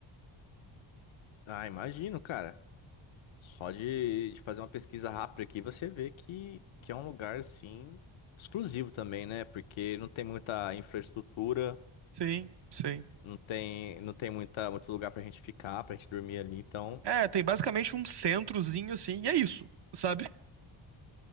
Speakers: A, on the left; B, on the right.
A: Ah, imagino, cara. Só de, de fazer uma pesquisa rápida aqui, você vê que, que é um lugar, assim, exclusivo também, né? Porque não tem muita infraestrutura,
B: Sim, sim.
A: não tem, não tem muita, muito lugar pra gente ficar, pra gente dormir ali. Então,
B: É, tem basicamente um centrozinho assim, e é isso, sabe?